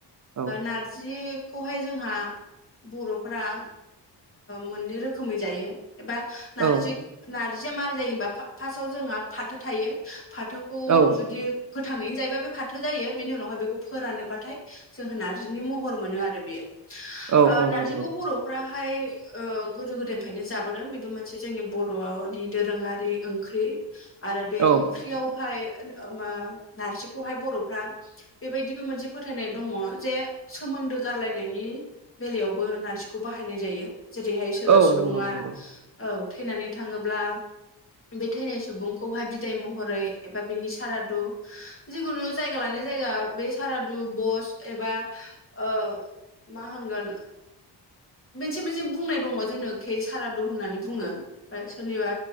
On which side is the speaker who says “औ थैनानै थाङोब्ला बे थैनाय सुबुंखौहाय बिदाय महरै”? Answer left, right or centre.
Left